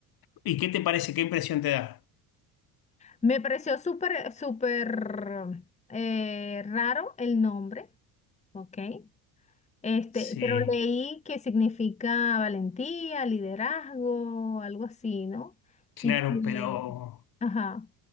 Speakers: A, on the left; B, on the left.
A: ¿y qué te parece, qué impresión te da?
B: Me pareció súper, súper eh, raro el nombre, ¿ok? Este,
A: Sí.
B: pero leí que significa valentía, liderazgo, algo así, ¿no?
A: Claro,
B: Y que,
A: pero
B: ajá,